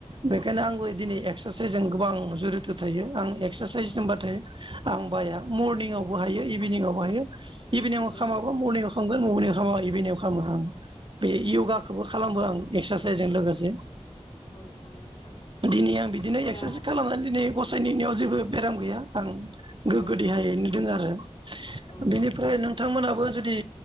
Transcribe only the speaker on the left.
औ
नोंथां
औ औ
औ औ नोंथां
दा
औ
औ
औ